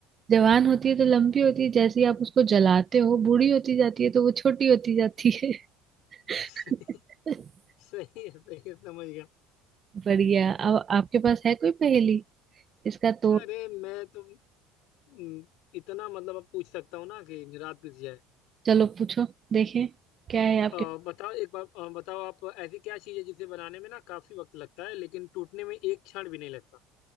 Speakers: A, on the right; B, on the left.
A: जवान होती है तो लंबी होती है जैसे ही आप उसको जलाते हो बूढ़ी होती जाती है तो वो छोटी होती जाती है
B: <laughs>
A: <laughs>
B: सही है सही है समझ गया
A: बढ़िया अब आपके पास है कोई पहेली इसका तो
B: अरे मैं तो हम्म, इतना मतलब अब पूछ सकता हूँ ना कि रात बीत जाए
A: चलो पूछो देखें क्या है आपके
B: अ,
A: पास।
B: बताओ एक बार अ, बताओ आप ऐसी क्या चीज़ है जिसे बनाने में ना काफी वक्त लगता है लेकिन टूटने में एक क्षण भी नहीं लगता